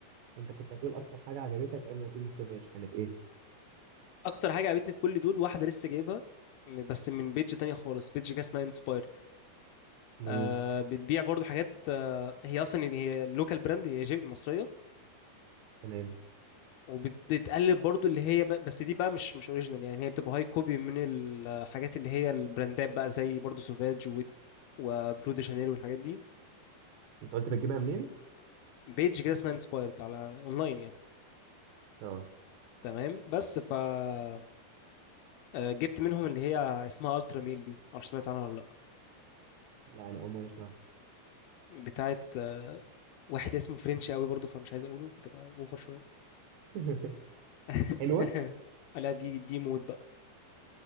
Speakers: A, on the right; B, on the left.
A: انت كنت هتقول اكتر حاجه عجبتك قبل ما تقول السوفاج كانت ايه
B: أكتر حاجة عجبتني في كل دول واحدة لسه جايبها م- بس من بيج تانية خالص بيج كده اسمها انسبايرد
A: جميل
B: آه بتبيع برضو حاجات آه هي أصلا يعني هي لوكال براند هي جيب مصرية
A: تمام
B: وبتقلد برضو اللي هي بقى بس دي بقى مش مش اوريجينال يعني هي بتبقى هاي كوبي من الحاجات اللي هي البراندات بقى زي برضو سوفاج و... وبلو دي شانيل والحاجات دي
A: انت قلت بتجيبها منين
B: بيج كده اسمها انسبايرد على اونلاين يعني
A: اه
B: تمام بس ف آه، جبت منهم اللي هي اسمها الترا ميل دي معرفش سمعت عنها ولا
A: لا انا اول مره اسمعها
B: لا بتاعت آه، واحد اسمه فرنش قوي برضو فمش عايز اقوله بتبقى اوفر شويه
A: <laughs>
B: <laughs>
A: حلوه
B: لا دي دي موت بقى